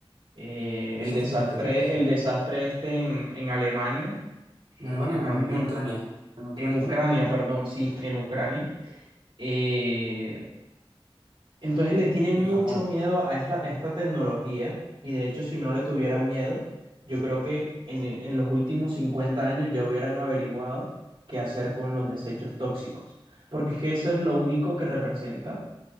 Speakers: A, on the right; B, on the right.
A: eh,
B: Desastres
A: el desastre,
B: naturales, sí.
A: el desastre este en, en Alemania, eh,
B: En Alemania
A: ahora
B: no,
A: mismo
B: en
A: en,
B: Ucrania. En Ucrania
A: en Ucrania, perdón, sí, en Ucrania. Eh, Entonces le tienen
B: y en
A: mucho
B: Japón.
A: miedo a esta, a esta tecnología y de hecho si no le tuvieran miedo, yo creo que en, en los últimos 50 años ya hubieran averiguado qué hacer con los desechos tóxicos, porque es que eso es lo único que representa